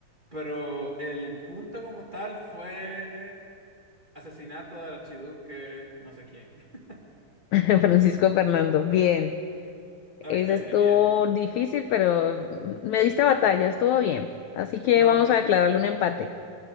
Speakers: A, on the right (about 15°); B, on the left (about 80°).
A: pero el punto como tal fue asesinato del archiduque no sé quién. <laughs>
B: <laughs> Francisco Fernando, bien.
A: Ok,
B: Ese estuvo
A: genial.
B: difícil, pero me diste batalla, estuvo bien. Así que
A: No,
B: vamos
A: perfecto.
B: a declararle un empate.